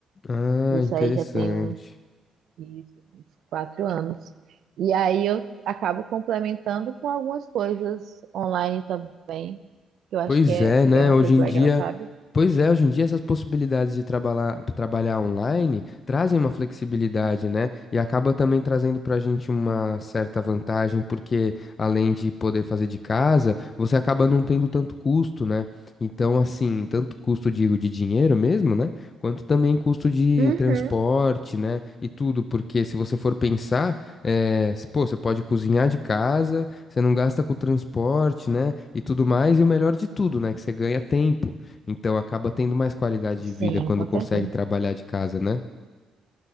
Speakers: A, on the left (about 40°); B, on the right (about 70°).
A: Ah,
B: Isso
A: interessante.
B: aí já tem uns, isso, uns quatro anos. E aí eu acabo complementando com algumas coisas online também, que eu acho
A: Pois
B: que é,
A: é,
B: que
A: né?
B: é uma
A: Hoje
B: coisa
A: em
B: legal,
A: dia,
B: sabe?
A: pois é, hoje em dia essas possibilidades de trabalhar, trabalhar online trazem uma flexibilidade, né? E acaba também trazendo pra gente uma certa vantagem, porque além de poder fazer de casa, você acaba não tendo tanto custo, né? Então, assim, tanto custo, digo, de dinheiro mesmo, né? Quanto também custo de
B: Uhum.
A: transporte, né? E tudo, porque se você for pensar, eh, pô, você pode cozinhar de casa. Você não gasta com transporte, né? E tudo mais. E o melhor de tudo, né? Que você ganha tempo. Então acaba tendo mais qualidade de
B: Sim,
A: vida quando
B: com
A: consegue
B: certeza.
A: trabalhar de casa, né?